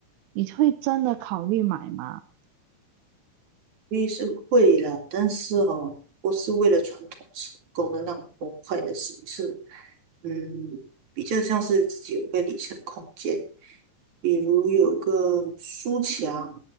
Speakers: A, on the right; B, on the right.
A: 你会真的考虑买吗？
B: 律是会了，但是哦，不是为了传统成功的那种模块的形式。嗯，比较像是自己有一个理想空间，比如有个书墙，